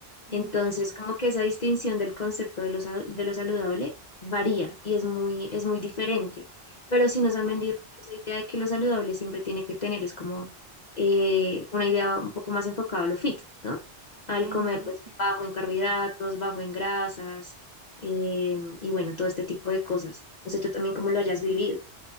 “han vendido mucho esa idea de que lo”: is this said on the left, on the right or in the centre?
Left